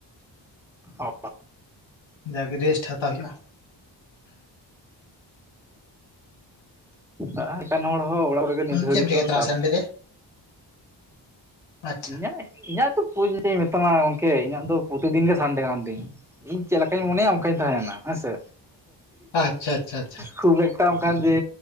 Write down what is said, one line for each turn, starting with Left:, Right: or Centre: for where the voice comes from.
Centre: ᱚ
Left: ᱡᱟᱜᱮ ᱨᱮᱥᱴ ᱦᱟᱛᱟᱣ ᱦᱩᱭᱩᱜᱼᱟ
Centre: ᱟᱪᱪᱷᱟ ᱟᱪᱪᱷᱟ <unintelligible> ᱚᱲᱟᱜ ᱨᱮᱜᱮ ᱱᱤᱛ
Left: ᱟᱢ
Centre: ᱫᱷᱷᱟᱹᱲᱤᱡ
Left: ᱪᱮᱫ ᱮᱢ ᱪᱤᱠᱟᱹᱭ
Centre: ᱫᱚ
Left: ᱛᱟᱞᱟᱝᱟ
Centre: ᱛᱟᱯᱚᱨ
Left: ᱥᱟᱱᱰᱮ ᱨᱮ ᱟᱪᱪᱷᱟ
Centre: ᱤᱧᱟᱹᱜ ᱤᱧᱟᱹᱜ ᱛᱚ ᱢᱮᱛᱟᱢᱟ ᱜᱚᱝᱠᱮ ᱤᱧᱟᱹᱜ ᱫᱚ ᱯᱨᱚᱛᱤᱫᱤᱱ ᱜᱮ ᱥᱟᱱᱰᱮ ᱠᱟᱱ ᱛᱤᱧ ᱤᱧ ᱪᱮᱫ ᱞᱮᱠᱟᱧ ᱢᱚᱱᱮᱭᱟ ᱛᱟᱦᱮᱸᱱᱟ ᱦᱮᱸᱥᱮ
Left: ᱟᱪᱪᱷᱟ ᱟᱪᱪᱷᱟ ᱟᱪᱪᱷᱟ
Centre: ᱠᱷᱩᱵ ᱮᱠᱴᱟ <unintelligible> ᱡᱮ